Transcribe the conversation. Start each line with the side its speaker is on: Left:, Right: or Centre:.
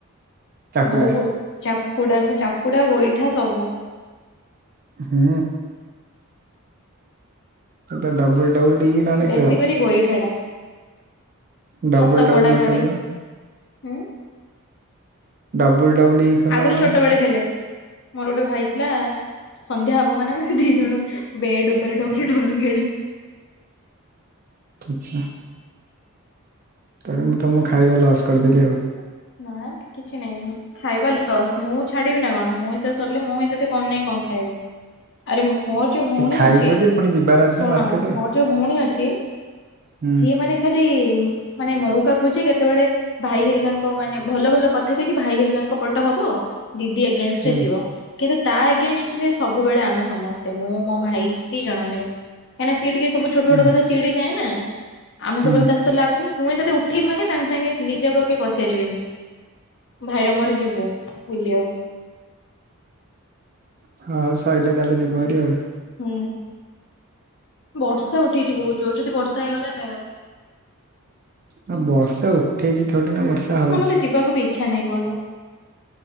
Right: ଚାପୁଡା
Left: ପୁଡା ନୁ ଚାପୁଡା ଗୋଇଠା ସବୁ।
Right: ହୁଁ, ଏ ଡବୁଲ।
Left: ବେଶୀ
Right: <unintelligible>
Left: କରି ଗୋଇଠା ଟା।
Right: ଡବୁଲ
Left: ହାତ
Right: ଡବୁଲ
Left: ମୋଡ଼ାମୋଡ଼ିି
Right: ଇ ଖେଳୁନ
Left: ହୁ।
Right: ଡବୁଲ ଡବୁଲ ଇ ଖେଳୁନ
Left: ଆଗରୁ
Right: ନହେଲେ
Left: ଛୋଟ ବେଳେ ଖେଲେ, ମୋର ଗୋଟେ ଭାଇ ଥିଲା। ସନ୍ଧ୍ୟା ହବ ମାନ ଦି ଜଣ ବେଡ ଉପରେ ଡବଲୁ ଡବ ଲୁ ଖେଳି
Right: ଆଛା। ତାର ମୁଁ ତମକୁ ଖାଇବା ଲସ୍ କରିଦେଲି ଆଉ।
Left: ନାଁ କିଛି ନାଇଁ ମୁଁ ଖାଇବା ଲସ୍ ମୁଁ ଛାଡିବି ନା କଣ? ମୋ ହିସାବରେ ସରିଲେ ମୋ ହିସ କଣ ନାଇଁ କଣ ଖାଇବେ? ଆରେ ମୋର ଯୋଉ ଭଉଣୀ
Right: ଖାଇବ
Left: ଅଛି
Right: ଯେ ପୁଣି ଯିବାର ଅଛି
Left: ଶୁଣ,
Right: ନା ମାର୍କେଟ
Left: ମୋ ଯୋଉ ଭଉଣୀ ଅଛି।
Right: ହୁଁ
Left: ସିଏ ମାନେ ଖାଲି ମାନେ ମଉକା ଖୋଜେ କେତେବେଳେ ଭାଇ ହେରିକାଙ୍କ ମାନେ ଭଲ ଭଲ କଥା କହିକି ଭାଇ ହେରିକାଙ୍କ ହବ ଦିଦି ଏଗେନଷ୍ଟରେ
Right: ହୁଁ
Left: ଯିବ, କିନ୍ତୁ ତା ଏଗେନଷ୍ଟ ରେ ସବୁବେଳେ ଆମେ ସମସ୍ତେ ମୁଁ ମୋ ଭାଇ ଦି ଜଣ ଭାଇ। କାହିଁକି ସି ଟିକେ ସବୁ ଛୋଟ ଛୋଟ
Right: ହୁଁ
Left: କଥା ଚିଡି ଯାଏ ନା ଆମେ
Right: ହୁଁ
Left: ସବୁବେଳେ ତା ତ ଲାଗୁ ମୁଁ ସତେ ଉଠେଇଲି, ମାନେ ସାଙ୍ଗେ ସାଙ୍ଗେ ନିଜାକୁ ଆଗି ପଚାରିବେନି। ଭାଇର ମୋର ଯିବୁ ବୁଲିବାକୁ।
Right: ହଉ ସରିଲେ ତାହେଲେ ଯିବ ଭାରି ଆଉ।
Left: ହୁଁ ବର୍ଷା ଉଠେଇଚି ବହୁତ ଜୋର ଯଦି ବର୍ଷା ହେଇଗଲା <unintelligible>
Right: ଆଉ ବର୍ଷା ଉଠେଇଛି ଥୋଡ଼ି ନା। ବର୍ଷା ହଉଛି
Left: ନା ମତେ ଯିବାକୁ ବି ଇଛା ନାହିଁ ବାହୁଡା଼